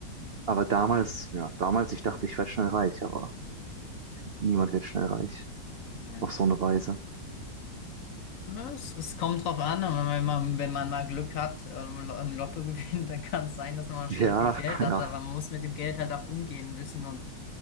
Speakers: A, on the right; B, on the left.
A: Aber damals,
B: hm.
A: ja, damals, ich dachte, ich werde schnell reich, aber niemand wird schnell reich
B: Ja.
A: auf so eine Weise.
B: Ja, Es, es kommt drauf an, aber wenn man, wenn man mal Glück hat ähm, im Lo- im Lotto <laughs> gewinnt, dann kann es sein, dass man
A: Ja,
B: schnell viel Geld
A: <laughs> ja,
B: hat, aber man muss mit dem Geld halt auch umgehen wissen und